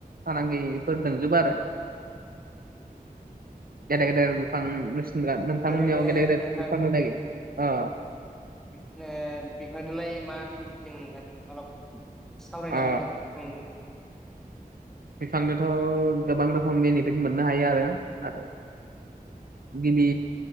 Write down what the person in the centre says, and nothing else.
ओरैनो
नोंथां
बिदनो बिफांदोलाय मा बेनिफिट दं नोंथां अलब सावरायना
होदो। आङो